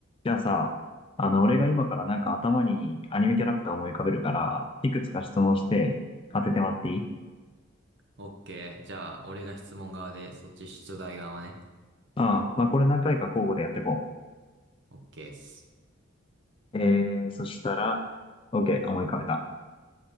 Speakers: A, on the left; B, on the right.
A: じゃあさ、あの、俺が今からなんか頭にアニメキャラクターを思い浮かべるから、いくつか質問して当ててもらっていい
B: オッケー。じゃあ、俺が質問側で、そっち出題側ね。
A: ああ、まあこれ何回か交互でやっていこ
B: オッケーっす。
A: う。えー、そしたら、OK、思い浮かべた。